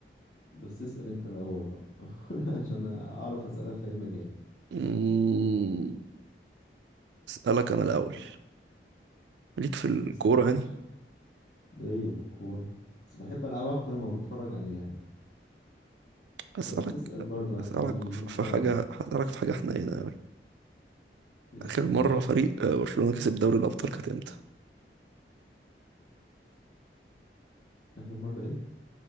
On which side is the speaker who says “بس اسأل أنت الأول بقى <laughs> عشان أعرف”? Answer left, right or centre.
Left